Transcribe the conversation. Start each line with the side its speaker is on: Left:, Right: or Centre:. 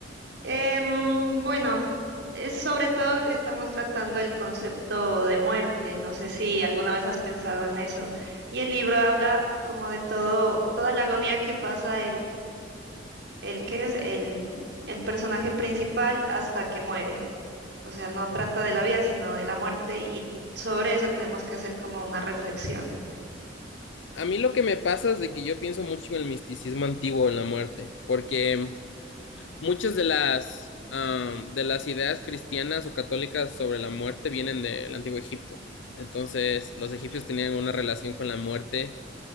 Right: Em, bueno, es sobre todo estamos tratando el concepto de muerte, no sé si alguna vez has pensado en eso. Y el libro habla como de todo, toda la agonía que pasa el que es el, el personaje principal hasta que muere. O sea, no trata de la vida, sino de la muerte y sobre eso tenemos que hacer como una reflexión.
Left: A mí lo que me pasa es de que yo pienso mucho en el misticismo antiguo, en la muerte, porque muchas de las, am, de las ideas cristianas o católicas sobre la muerte vienen del Antiguo Egipto. Entonces, los egipcios tenían una relación con la muerte